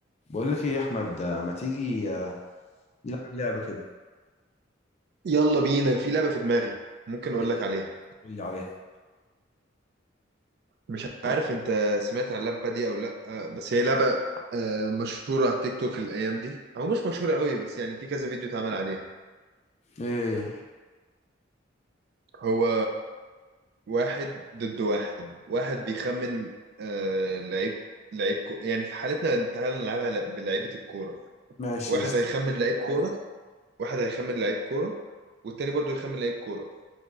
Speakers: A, on the left; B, on the right.
A: بقول لك ايه يا احمد آه، ما تيجي آه، نلعب لعبه كده
B: يلا بينا في لعبة في دماغي ممكن أقول
A: ايه
B: لك عليها
A: قول لي عليها
B: مش عارف أنت سمعت عن اللعبة دي أو لأ آه، بس هي لعبة آه، مشهورة على التيك توك الأيام دي أو مش مشهورة قوي بس يعني في كذا فيديو اتعمل عليها
A: ايه هي؟
B: هو واحد ضد واحد واحد بيخمن آه، لعيب لعيب كو... يعني في حالتنا تعالى نلعبها ل- بلعيبة الكورة
A: ماشي
B: واحد
A: قشطة
B: هيخمن لعيب كورة واحد هيخمن لعيب كورة والتاني برضو يخمن لعيب كورة